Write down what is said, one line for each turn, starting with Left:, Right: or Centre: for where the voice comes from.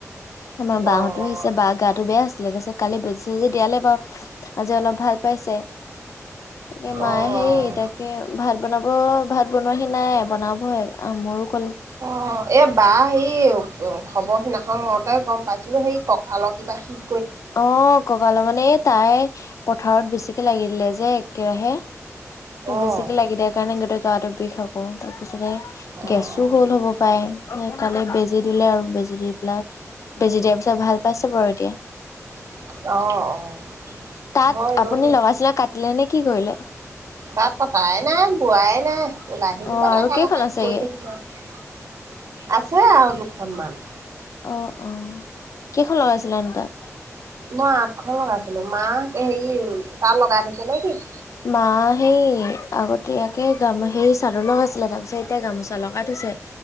Left: আমাৰ বাহ'তো
Right: অ',
Left: আহিছে। বাৰ গাটো বেয়া আছিলে, তাৰপিছত কালি বেজি চেজি দিয়ালে বাৰু আজি অলপ ভাল পাইছে। তাকে মায়ে
Right: অ',
Left: হে তাকে ভাত বনাব ভাত বনোৱাহি নাই মোৰ <unintelligible>
Right: অ' এ বা হেৰি খবৰ সিনাখন লওঁতে গম পাইছিলো সেই কঁকালৰ কিবা শিক
Left: অ' ককাল মানে এই তাই পথাৰত বেছিকে লাগিলে যে একেৰাহে। সেই
Right: অ',
Left: বেছিকে লাগি দিয়াৰ কাৰণে গোটেই গাটো বিষ আকৌ। তাৰ পিছতে
Right: অ',
Left: গেছো হ'ল হ'ব পাৰে, কালি বেজি দিলে, আৰু বেজি দি পেলাই বেজি দিয়াৰ পিছত ভাল পাইছে বাৰু এতিয়া।
Right: অ' অ'
Left: তাত
Right: হয়
Left: আপুনি
Right: অ',
Left: লগাইচিলে কাটিলে নে কি কৰিলে?
Right: তাতঁ কতাই নাই, বোৱাই নাই ওলাই থাকিবা
Left: অ আৰু
Right: লাহে
Left: কেইখন
Right: লাহে,
Left: আছেগে?
Right: গৈ থাকিম আৰু আছে আৰু দুখনমান।
Left: অ' অ' কেইখন লগাইছিলনো তাঁত?
Right: মই আঠখন লগাইছিলো। মাক হেৰি তাঁত লগাই থৈছে নে কি?
Left: মা সেই আগতীয়াকে গাম সেই চাদৰ লগাইছিলে তাৰ পিছত এতিয়া গামোচা লগাই থৈ